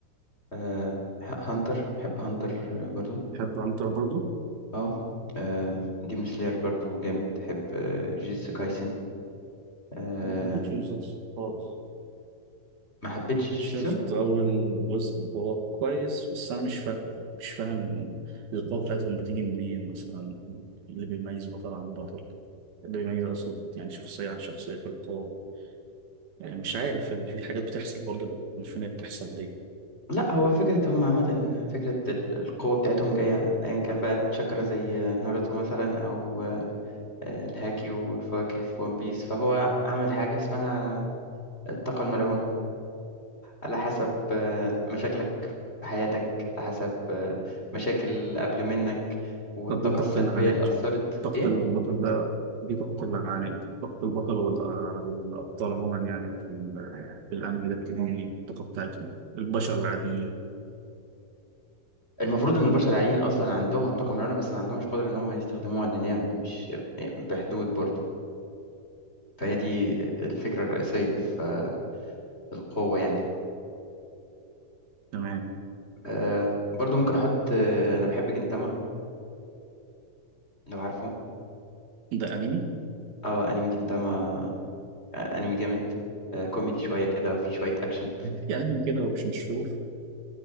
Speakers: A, on the left; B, on the right.
A: آه، ه- هانتر بحب هانتر آه، برضو
B: بحب عنتر برضو
A: اه آه، ديمون سلاير برضو جامد بحب آه، جيتسو كايسن آه،
B: ما حبيتش بالظبط خالص
A: ما حبيتش
B: شفت
A: جيتسو
B: أول جزء هو كويس بس أنا مش فاهم مش فاهم القوة بتاعتهم بتيجي منين مثلا اللي بيميز بطل عن بطل اللي بيميز أقصد يعني شخصية عن شخصية في القوة يعني مش عارف يعني في حاجات بتحصل برضه مش فاهم هي بتحصل ليه
A: لا هو فكرة هم عامة فكرة ال- القوة بتاعتهم جاية أيا كان بقى تشاكرا زي آه، ناروتو مثلا أو آه، الهاكي والفواكه في ون بيس فهو عمل حاجة اسمها الطاقة الملعونة على حسب آه، مشاكلك في حياتك على حسب آه، مشاكل اللي قبل منك والطاقة
B: طب دي طاقة
A: السلبية
B: العناد
A: اللي أثرت
B: طاقة
A: إيه
B: البطل ده دي طاقة العناد طاقة البطل والأ- والأبطال عموما يعني في ال- في الأنمي ده بتكون يعني الطاقة بتاعتهم البشر العاديين
A: المفروض إن البشر العاديين أصلا عندهم طاقة ملعونة بس ما عندهمش قدرة إن هم يستخدموها لأن هي مش يعني بحدود برضو فهي دي الفكرة الرئيسية في القوة يعني
B: تمام
A: أه برضو ممكن أحط آه، أنا بحب جنتاما لو عارفه
B: ده أنمي
A: اه أنمي جنتاما آه، انمي جامد آه، كوميدي شويه كده وفي شويه اكشن
B: في أنمي كده ومش مشهور